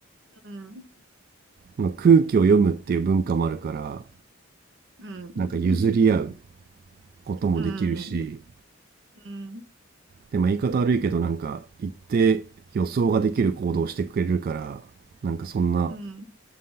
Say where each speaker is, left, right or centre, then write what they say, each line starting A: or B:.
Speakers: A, on the right (about 65°); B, on the right (about 45°).
A: うん、
B: まあ空気を読むっていう文化もあるから
A: うん、
B: なんか譲り合う
A: そうね
B: こともできるし
A: うん、うん、うん、
B: でまあ言い方悪いけどなんか一定予想ができる行動をしてくれるからなんかそんな
A: うん、